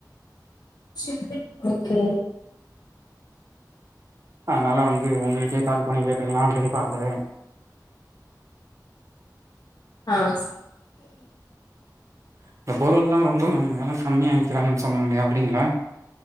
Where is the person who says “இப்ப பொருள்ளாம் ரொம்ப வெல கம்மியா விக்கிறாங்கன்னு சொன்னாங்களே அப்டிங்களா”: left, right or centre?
Right